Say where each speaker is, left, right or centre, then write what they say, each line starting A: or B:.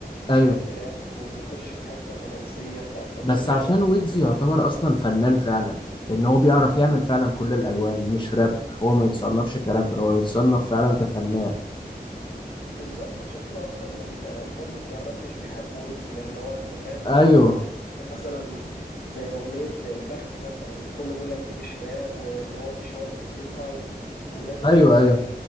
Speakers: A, on the left; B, on the left.
A: ايوه
B: بيغني راب وبيخش في الحته الرومانسيه ف- فالدنيا
A: بس عشان ويجز يعتبر اصلا فنان فعلا لان هو بيعرف يعمل فعلا كل الالوان مش راب هو ما يتصنفش كرابر هو يتصنف فعلا كفنان
B: بالظبط عشان كده اصلا ال- الفانز بتوع الراب مش بيحبوا ويجز لان هو انت فاهم
A: ايوه
B: ع- عندك مثلا زي اغنيه البخت مثلا الكل بيقول لك دي مش راب وان هو مش هو اللي كاتبها و... ولازم
A: ايوه
B: ال-
A: ايوه